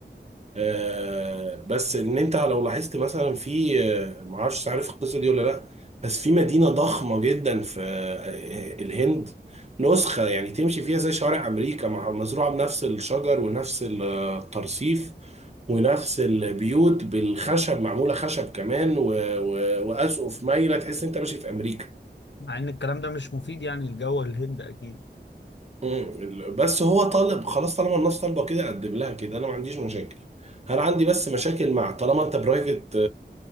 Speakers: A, on the right (about 35°); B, on the left (about 85°).
A: آه، بس ان انت لو لاحظت مثلا في آه، معرفش عارف القصه دي ولا لا بس في مدينه ضخمه جدا في آه، الهند نسخه يعني تمشي فيها زي شوارع امريكا مع- مزروعه بنفس الشجر ونفس الترصيف ونفس البيوت بالخشب معموله خشب كمان و- و- واسقف مايله تحس انت ماشي في امريكا
B: مع ان الكلام ده مش مفيد يعني لجو الهند اكيد
A: مم. بس هو طالب خلاص طالما الناس طالبه كده اقدم لها كده انا ما عنديش مشاكل انا عندي بس مشاكل مع طالما انت برايفت